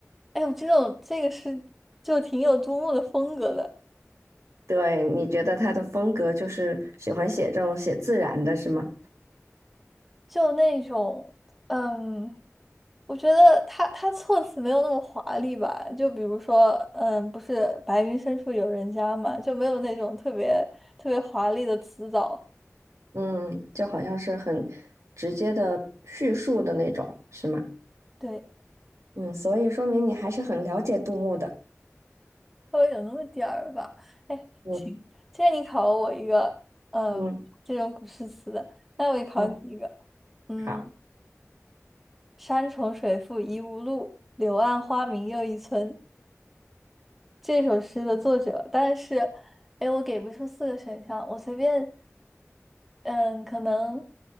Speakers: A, in the centre; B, on the right.
A: 哎呦，这种这个是就挺有杜牧的风格的，
B: 对，你觉得他的风格就是喜欢写这种写自然的，是吗？
A: 就那种嗯，我觉得他他措辞没有那么华丽吧，就比如说嗯，不是白云深处有人家嘛，就没有那种特别特别华丽的词藻，
B: 嗯，就好像是很直接的叙述的那种，是吗？
A: 对，
B: 嗯，所以说明你还是很了解杜牧的。
A: 稍微有那么点儿吧。哎，
B: 嗯
A: 行，既然你考了我一个嗯这种古诗词的，
B: 嗯
A: 那我也考你一个，
B: 嗯，
A: 嗯。
B: 好，
A: 山重水复疑无路，柳暗花明又一村。这首诗的作者，但是，哎，我给不出四个选项，我随便，嗯，可能